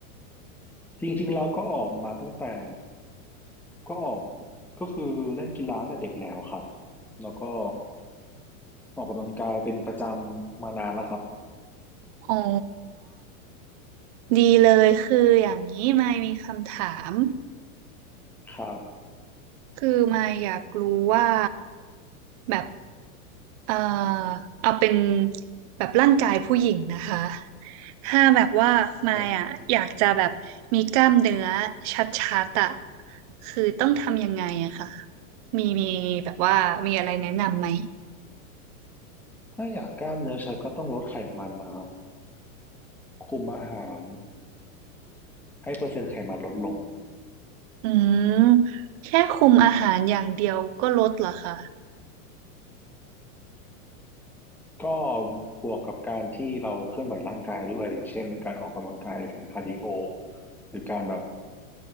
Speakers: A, in the centre; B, on the right.
A: จริงๆแล้วก็ออกมาตั้งแต่ก็ออกก็คือเล่นกีฬาตั้งแต่เด็กแล้วครับแล้วก็ออกกำลังกายเป็นประจำมานานแล้วครับ
B: อ๋อ ดีเลยคืออย่างนี้ไม่มีคำถาม
A: ครับ
B: คือมายอยากรู้ว่าแบบเอ่อเอาเป็นแบบร่างกายผู้หญิงนะคะ ถ้าแบบว่ามายอ่ะอยากจะแบบมีกล้ามเนื้อชัดๆอ่ะ
A: ครับ
B: คือต้องทำยังไงอะค่ะมีมีแบบว่ามีอะไรแนะนำไหม
A: ถ้าอยากกล้ามเนื้อชัดก็ต้องลดไขมันนะครับคุมอาหารให้เปอร์เซ็นต์ไขมันลดลง
B: อืม แค่คุมอาหารอย่างเดียวก็ลดเหรอคะ
A: ก็บวกกับการที่เราเคลื่อนไหวร่างกายด้วยอย่างเช่นการออกกำลังกายหรือการคาร์ดิโอหรือการแบบ